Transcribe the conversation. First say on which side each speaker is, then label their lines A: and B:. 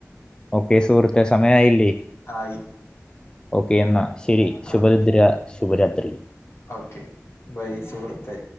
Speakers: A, on the left; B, on the left.
A: ഓക്കെ സുഹൃത്തെ സമയായില്ലേ.
B: ആയി
A: ഓക്കെ എന്നാൽ ശരി ശുഭ
B: ആ
A: നിദ്ര ശുഭരാത്രി.
B: ഓക്കെ ബൈ സുഹൃത്തെ,